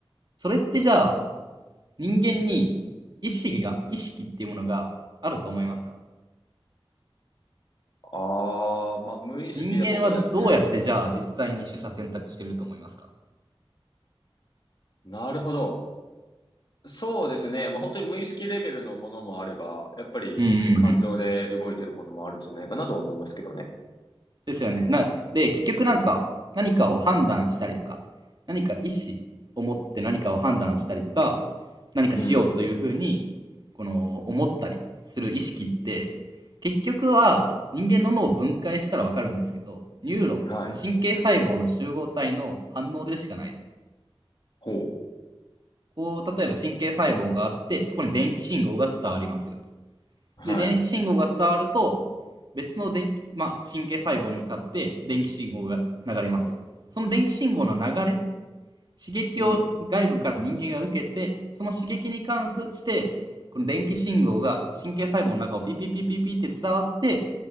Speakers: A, on the right; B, on the left.
A: それってじゃあ、人間に意識が、意識っていうものがあると思いますか
B: ああ、まあ、無意識でほぼやってるっていうことですかね。
A: 人間はどうやってじゃあ実際に取捨選択してると思いますか
B: なるほど。そうですね。まあ、本当に無意識レベルのものもあれば、やっぱり感情で動いてるものもあるんじゃないかなとは思いますけどね。
A: うんうんうん。ですよね。な、で、結局なんか何かを判断したりとか、何か意思を持って何かを判断したりとか、何かしようというふうに、
B: うん。
A: この思ったりする意識って、結局は人間の脳を分解したらわかるんですけど、ニューロン、
B: はい。
A: 神経細胞の集合体の反応でしかないと。
B: ほう。
A: こう、例えば神経細胞があって、そこに電気信号が伝わりますよと。
B: はい。
A: で、電気信号が伝わると、別の電気、まあ、神経細胞に向かって電気信号が流れますよ。その電気信号の流れ、刺激を外部から人間が受けて、
B: うん。
A: その刺激に関して、この電気信号が神経細胞の中をピピピピピって伝わって、